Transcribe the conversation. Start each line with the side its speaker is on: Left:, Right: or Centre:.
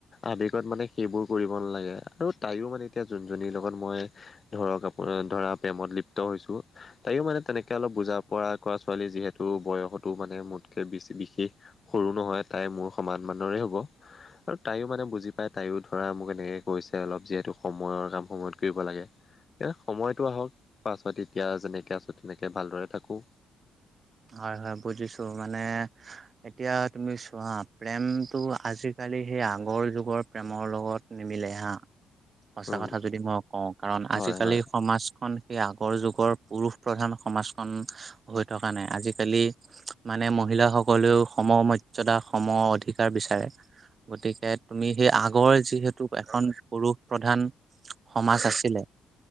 Left: আৱেগত মানে সেইবোৰ কৰিব নালাগে আৰু তাইও মানে এতিয়া যোনজনীৰ লগত মই ধৰক আপোনাৰ ধৰা প্ৰেমত লিপ্ত হৈছোঁ তাইও মানে তেনেকে অলপ বুজা পৰা কৰা ছোৱালী যিহেতু বয়সত টো মানে মোতকে বিশেষ সৰু নহয়, তাই মোৰ সমান মানৰে হ'ব। আৰু তাইও মানে বুজি পায় তাইও ধৰা মোক এনেকে কৈছে অলপ, যিহেতু সময়ৰ কাম সময়ত কৰিব লাগে এ, সময়তো আহক পাছত এতিয়া যেনেকে আছোঁ তেনেকে ভালদৰে থাকোঁ।
Right: হয়, হয়, বুজিছোঁ মানে এতিয়া তুমি চোৱা প্ৰেমতটো আজিকালি সেই আগৰ যুগৰ প্ৰেমৰ লগত নিমিলে হা, সঁচা
Left: উম
Right: কথা যদি মই কওঁ কাৰণ
Left: হয়
Right: আজিকালি
Left: হয়
Right: সমাজ খন সেই আগৰ যুগৰ পুৰুষ প্ৰধান সমাজখন হৈ থকা নাই, আজিকালি মানে মহিলাাসকলেও সম মৰ্যদা সম অধিকাৰ বিচাৰে। গতিকে তুমি সেই আগৰ যিহেতু এখন পুৰুষ প্ৰধান সমাজ আছিলে।